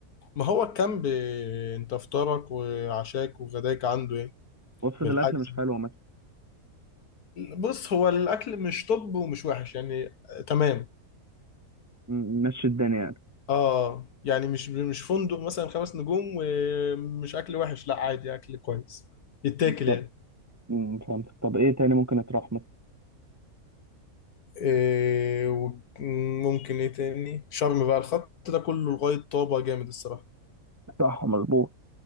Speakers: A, on the left; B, on the right.
A: ما هو الكامب آه، انت افطارك وعشاك وغداك عنده ايه
B: وافرض
A: بالحجز
B: الاكل مش حلو مثلا
A: بص هو الاكل مش طب ومش وحش يعني آه، تمام
B: مم، مشي الدنيا يعني
A: اه يعني مش مش فندق مثلا خمس نجوم ومش اكل وحش لا عادي اكل كويس يتاكل
B: طب
A: يعني
B: امم فهمت طب ايه تاني ممكن يتروح مثلا
A: إيه وممكن ايه تاني شرم بقى الخط ده كله لغاية طابة جامد الصراحة
B: صح مظبوط